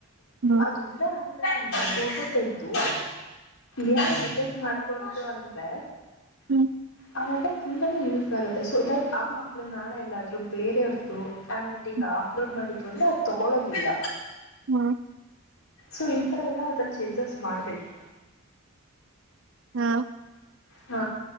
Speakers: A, on the right (about 60°); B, on the left (about 75°).
A: ಹ್ಮ್
B: ಅದೊಂದ ಹ್ಯಾಂಡರೈಟಿಂಗ್ದು ಫೋಟೋ ತೆಗೆದು ಎ ಐ ಡಿಟೆಕ್ಟ್ ಮಾಡ್ತ ಡ್ಕೊಂತು ಅಂದ್ರೆ
A: ಹ್ಮ್
B: ಆಗ ತುಂಬಾನೆ ಯೂಸ್ ಆಗುತ್ತೆ ಸೊ ದಟ್ ಆ ಮಕ್ಳು ನಾಳೆ ಎಲ್ಲಾದ್ರೂ ಬೇರೆಯವ್ರದು ಹ್ಯಾಂಡ್ರೈಟಿಂಗ್
A: ಹ್ಮ್
B: ಅಪ್ಲೋಡ್ ಮಾಡಿದ್ರು ಅಂದ್ರೆ ಅದು ತಗೊಳೋದಿಲ್ಲ
A: ಹ,
B: ಸೊ ಈಥರ ಎಲ್ಲ ಅಲ್ಲಿ ಚೇಂಜಸ್ ಮಾಡಬೇಕು
A: ಹಾ
B: ಹ